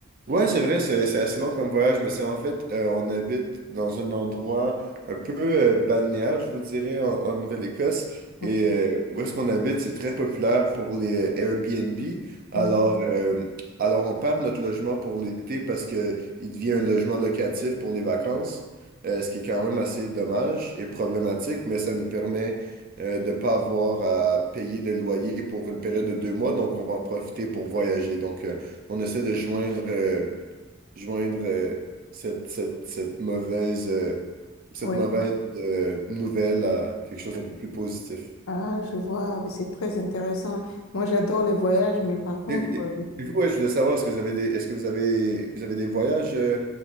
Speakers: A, on the right; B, on the left.
A: Ouais, c'est vrai, c'est c'est assez long comme voyage, mais c'est en fait, euh, on habite dans un endroit un peu euh, balnéaire, je vous dirais, en, en Nouvelle-Écosse.
B: Mm,
A: Et euh, où est-ce qu'on habite, c'est très populaire pour les Airbnb. Alors,
B: mm,
A: euh, alors on perd notre logement pour l'été parce que il devient un logement locatif pour les vacances, euh, ce qui est quand même assez dommage et problématique, mais ça nous permet euh, de ne pas avoir à payer de loyer pour une période de deux mois, donc on va en profiter pour voyager. Donc, euh, on essaie de joindre, euh, joindre euh, cette, cette, cette mauvaise, euh, cette
B: Oui.
A: mauvaise euh, nouvelle à quelque chose d'un peu plus positif.
B: Ah, je vois, mais c'est très intéressant. Moi, j'adore les voyages, mais par contre,
A: Et, et-
B: euh,
A: et vous, ouais, je voulais savoir, est-ce que vous avez des, est-ce que vous avez, vous avez des voyages, euh,